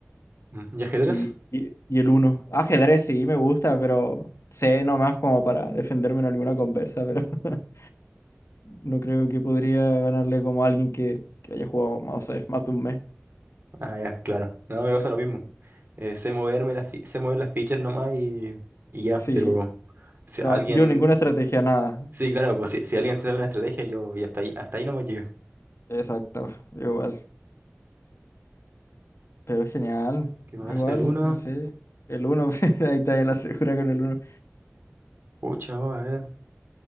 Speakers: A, on the right; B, on the left.
A: mm, ¿y ajedrez?
B: y, y- y el Uno. Ajedrez sí me gusta, pero sé nomás como para defenderme en alguna conversa, pero <laughs> no creo que podría ganarle como a alguien que, que haya jugado, no sé, más de un mes.
A: Ah, ya, claro. No, me pasa lo mismo. Eh, sé moverme las fi- sé mover las fichas nomás y, y ya,
B: Sí.
A: pero si
B: No,
A: alguien,
B: yo ninguna estrategia, nada.
A: sí, claro, pues si, si alguien sabe una estrategia, yo, yo hasta ahí, hasta ahí nomás llego.
B: Exacto, yo igual. Pero genial,
A: ¿Qué más?
B: igual,
A: El uno,
B: no sé. El uno, <laughs> ahí está la segura con el uno.
A: pucha, vamos a ver.